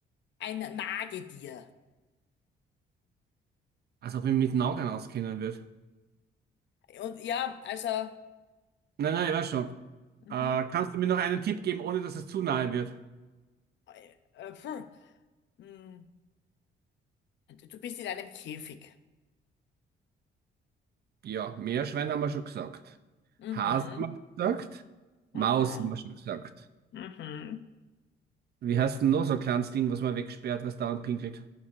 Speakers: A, on the left; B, on the right.
A: ein Nagetier.
B: Als ob ich mich mit Nagern auskennen würde.
A: Und ja, also,
B: Nein, nein, ich weiß schon.
A: mhm,
B: Äh, kannst du mir noch einen Tipp geben, ohne dass es zu nahe wird?
A: äh, äh, puh, mh, du bist in einem Käfig.
B: Ja, Meerschwein haben wir schon gesagt.
A: Mhm,
B: Hase haben wir schon gesagt. Maus
A: mhm,
B: haben wir schon gesagt.
A: mhm,
B: Wie heißt denn noch so ein kleines Ding, was man wegsperrt, was dauernd pinkelt?